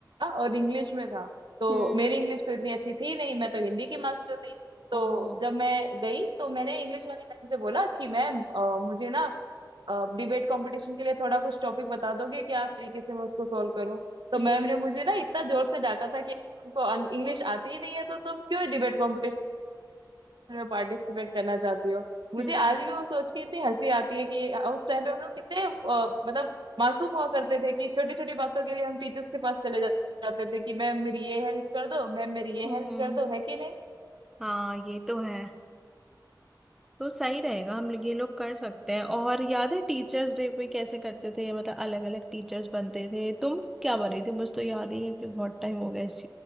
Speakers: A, on the right; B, in the centre.
A: और इंग्लिश में था तो
B: हम्म
A: मेरी इंग्लिश तो इतनी अच्छी थी नहीं मैं तो हिंदी की मास्टर थी तो
B: ओहो
A: जब मैं गई तो मैंने इंग्लिश वाली मैम से बोला कि मैम अ, मुझे ना डिबेट कंपटीशन के लिए थोड़ा कुछ टॉपिक बता दोगे क्या तरीके से मैं उसको सॉल्व करूं तो
B: हम्म
A: मैम ने मुझे ना इतना जोर से डांटा था कि तुमको इंग्लिश आती ही नहीं है तो तुम क्यों डिबेट कंपटीशन में पार्टिसिपेट करना चाहती हो मुझे
B: हम्म
A: आज भी वो सोच के इतनी हंसी आती है कि उस टाइम पे हम लोग कितने अ, मतलब मासूम हुआ करते थे कि छोटी छोटी बातों के लिए हम टीचर्स के पास चले जा- जाते थे कि मैम मेरी ये हेल्प कर दो मैम मेरी ये
B: हम्म,
A: हेल्प
B: हम्म।
A: कर दो है कि नहीं
B: हाँ ये तो है तो सही रहेगा हम ये लोग कर सकते हैं और याद है टीचर्स डे पे कैसे करते थे मतलब अलग अलग टीचर्स बनते थे तुम क्या बनी थी मुझे तो याद ही नहीं कि बहुत टाइम हो गया इस